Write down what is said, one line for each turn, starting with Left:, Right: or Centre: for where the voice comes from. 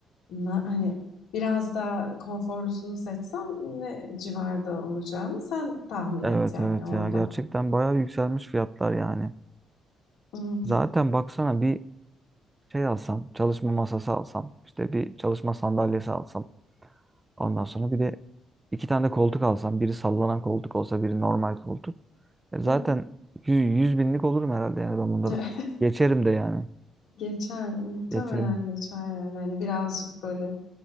Left: Na- Hani biraz daha konforlusunu seçsem ne civarda olacağını sen tahmin
Right: Evet
Left: et yani
Right: evet
Left: orada.
Right: ya gerçekten bayağı yükselmiş fiyatlar yani.
Left: Evet.
Right: Zaten baksana bir şey alsam, çalışma masası alsam, işte bir çalışma sandalyesi alsam, ondan sonra bir de iki tane de koltuk alsam, biri sallanan koltuk olsa, biri normal koltuk. E zaten
Left: Hı hı.
Right: yüz yüz binlik olurum herhalde yani ben bunları.
Left: <laughs>
Right: Geçerim de yani.
Left: Geçer. Muhtemelen
Right: Geçerim.
Left: geçer yani. Hani birazcık böyle